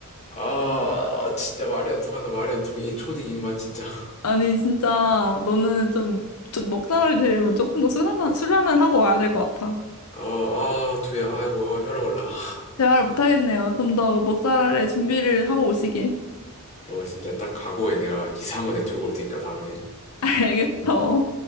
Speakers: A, on the left; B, on the left.
A: 아 진짜 말이 안 통한다 말이 안 통해 이 초딩 입맛 진짜.
B: 아니, 진짜 너는 좀, 좀 먹잘알이 되려면 조금 더 수련을, 수련을 하고 와야 될 것 같아.
A: 아아 두야 아이고 아, 혈압 올라.
B: 대화를 못하겠네요. 좀 더 먹잘알의 준비를 하고 오시길.
A: 너 진짜 딱 각오해 내가 이상한 거 내가 들고 올 테니까 다음에.
B: <laughs> 알겠어.